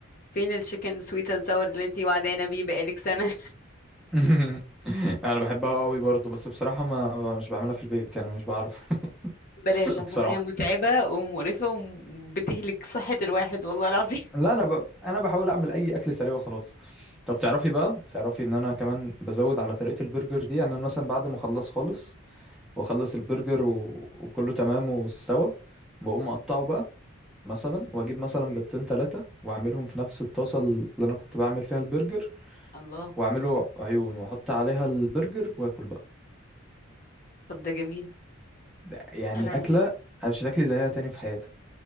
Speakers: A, on the left (about 40°); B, in the centre.
A: فين الشيكن سويت اند ساور اللي انتي وعدانا بيه بقالك سنه <laughs>
B: <laughs> انا بحبها قوي برضو بس بصراحة ما مش بعملها في البيت يعني مش بعرف
A: بلاش
B: <laughs>
A: عشان
B: بصراحة
A: هي متعبه ومقرفه وبتهلك صحه الواحد والله العظيم
B: لا انا ب... انا بحاول اعمل اي اكل سريع وخلاص طب تعرفي بقى تعرفي ان انا كمان بزود على طريقة البرجر دي يعني أنا مثلا بعد ما اخلص خالص واخلص البرجر و... وكله تمام واستوى بقوم اقطعه بقى مثلا واجيب مثلا
A: <laughs>
B: بيضتين تلاتة واعملهم في نفس الطاسة اللي انا كنت بعمل فيها البرجر
A: الله
B: واعمله عيون واحط عليها البرجر واكل بقى
A: طب ده جميل
B: ده يعني
A: انا
B: اكلة مش هتاكلي زيها تاني في حياتك